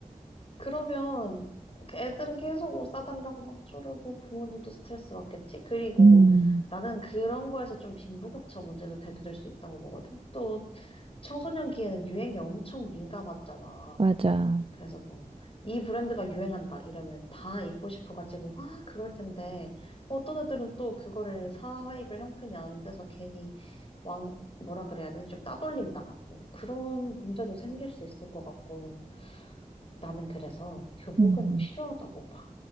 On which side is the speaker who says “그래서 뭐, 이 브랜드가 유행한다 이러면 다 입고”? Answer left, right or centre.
Left